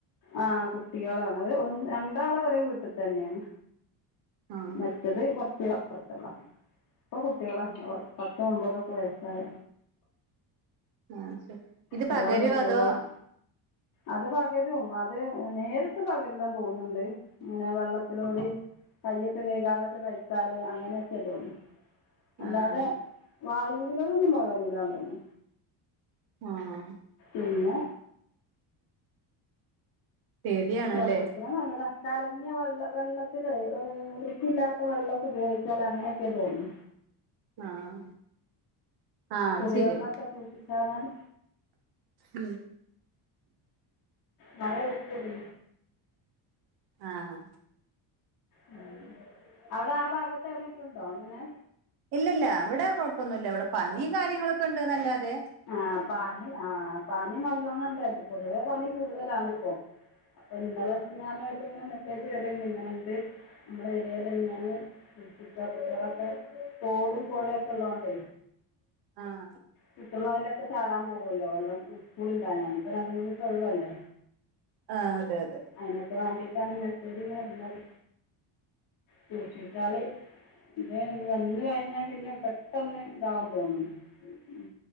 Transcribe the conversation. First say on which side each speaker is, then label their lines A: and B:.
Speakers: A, on the left (about 45°); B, on the right (about 55°).
A: ആ കുട്ടികളാണ് ഒരു ഒന്ന് രണ്ടാള് ഒര് വീട്ടിത്തെ തന്നെയാണ്.
B: ആ
A: മറ്റത് കൊറച്ച് അപ്പർത്ത്ള്ള, ഇപ്പൊ കുട്ടിളാ പത്ത് ഒമ്പത് ഒക്കെ വയസ്സായ
B: ആഹ്, ശെരി ഇത്
A: ഒരാൾ
B: പകരോ
A: മെഡിക്കൽ
B: അതോ
A: കോളേജ് അത് പകരും, അത് നേരിട്ട് പകര്ല്ലാന്ന് തോന്ന്ണണ്ട്. അങ്ങനെ വെള്ളത്തിലൂടിം കയ്യൊക്കെ കൈകാതൊക്കെ കഴിച്ചാല് അങ്ങനെയൊക്കെല് അല്ലാതെ
B: ആഹ്
A: വായൂവിലൂടൊന്നും പകരൂല തോന്ന്ണ്.
B: ആഹ്
A: പിന്നെ
B: പേടിയാണല്ലേ
A: ശ്രദ്ധിക്ക്ണ നല്ലതാ. കലങ്ങിയ വെള്ള വെള്ളത്തിലെ ഏഹ്, വൃത്തിയില്ലാത്ത വെള്ളൊക്കെ ഉപയോഗിച്ചാലെ അങ്ങനെയൊക്കെ തോന്ന്ണ്.
B: ആഹ്, ആഹ് അത്
A: കുടിവെള്ളമൊക്കെ
B: ശെരിയാണ്.
A: സൂക്ഷിച്ചാൽ
B: ഉം
A: മഴ ഊക്കൂടി.
B: ആഹ്
A: ഉം, അവിടെ ആ ഭാഗത്ത് എവിടെങ്കിലും ഇണ്ടോ ഇങ്ങനെ?
B: ഇല്ലല്ല ഇവിടെ കുഴപ്പൊന്നുല്ല ഇവിടെ പനിയിം കാര്യങ്ങളൊക്കെ ഇണ്ട്ന്നെല്ലാതെ
A: ആ പനി ആ പനി നല്ലോണം ഇണ്ട് പൊതുവെ പനി കൂടുതലാണ് ഇപ്പം. അപ്പ ഇന്നലെ മിനിഞ്ഞാന്ന് ആയിട്ട് ഇങ്ങനെ മെസ്സേജ് വെര്ണ്ട് ഇങ്ങനെ ഇണ്ട് നമ്മളെ ഏരിയേലെന്നെ ആണ് കുൾപ്പിച്ച് കുട്ടിളൊക്കെ തോടും പുഴയൊക്കെ ഇള്ളോണ്ട്
B: ആഹ്
A: കിട്ടുന്നത് ലൊക്കെ ചാടാൻ പോവു അല്ലോ വെള്ളം സ്കൂളില്ലാഞ്ഞാൽ. ഇപ്പം രണ്ട് മൂന്ന് ദിവസം ഒഴിവല്ലേ.
B: ആ അതെ അതെ
A: അയിനൊക്ക വാണ്ടീട്ടാണ് മെസ്സേജ് ഇങ്ങനെ ഇടുന്നത് സൂക്ഷിച്ചാല് ഇതേ ഇത് വന്ന് കഴിഞ്ഞാൽ പിന്നെ പെട്ടെന്ന് ഇതാവും തോന്നുന്നു. ഉം ഉം